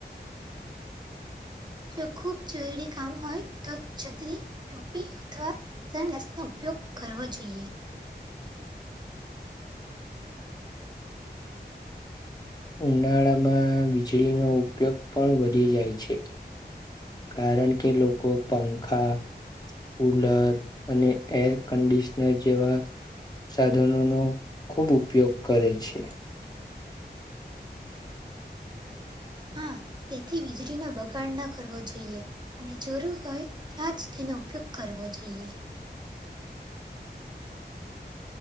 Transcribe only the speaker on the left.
ઉનાળામાં વીજળીનો ઉપયોગ પણ વધી જાય છે કારણ કે લોકોો પંખા કુલર અને એર કન્ડિશનર જેવા સાધનો નો ખૂબ ઉપયોગ કરે છે <inaudible>